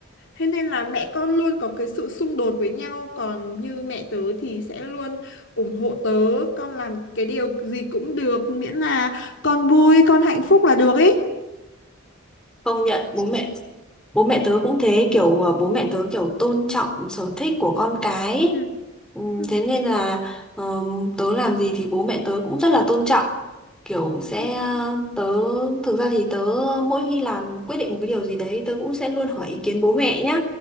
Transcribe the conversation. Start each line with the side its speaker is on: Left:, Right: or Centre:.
Left: Thế nên là mẹ con luôn có cái sự xung đột với nhau còn như mẹ tớ thì sẽ luôn ủng hộ tớ con làm cái điều gì cũng được miễn là con vui con hạnh phúc là được ý
Centre: công nhận bố mẹ bố mẹ tớ cũng thế kiểu ờ, bố mẹ tớ kiểu tôn trọng sở thích của con cái ấy.
Left: Ừ.
Centre: Ừ,
Left: ừ.
Centre: thế nên là ờ, tớ làm gì thì bố mẹ tớ cũng rất là tôn trọng kiểu sẽ
Left: Ừ.
Centre: ờ, tớ thực ra thì tớ mỗi khi làm quyết định một cái điều gì đấy tớ cũng sẽ luôn hỏi ý kiến bố mẹ nhá